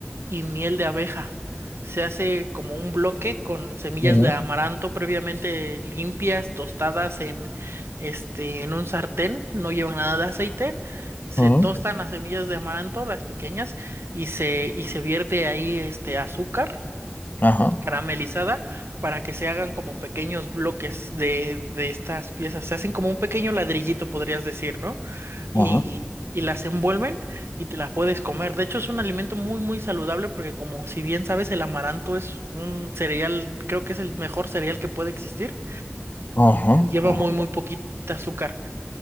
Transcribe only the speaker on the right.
y miel de abeja. Se hace como un bloque con semillas
de amaranto previamente limpias, tostadas en este en un sartén, no llevan nada de aceite. Se
tostan las semillas de amaranto, las pequeñas, y se y se vierte ahí este azúcar
caramelizada para que se hagan como pequeños bloques de, de estas piezas. Se hacen como un pequeño ladrillito, podrías decir, ¿no? Y,
y las envuelven y te las puedes comer. De hecho, es un alimento muy, muy saludable porque como si bien sabes, el amaranto es un cereal, creo que es el mejor cereal que puede existir
y lleva
muy, muy poquita azúcar.